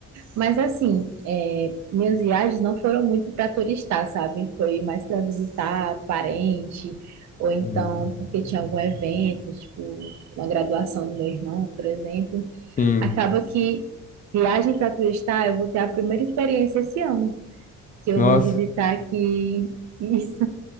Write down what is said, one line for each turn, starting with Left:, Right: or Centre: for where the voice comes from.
Right: Mas assim, é, minhas viagens não foram muito para turistar, sabe? Foi mais para visitar parente, ou então
Left: Uhum.
Right: porque tinha algum evento, tipo uma graduação do meu irmão, por exemplo.
Left: Sim,
Right: Acaba que viagem para turistar, eu vou ter a primeira experiência esse ano, que eu
Left: nossa,
Right: vou visitar aqui isso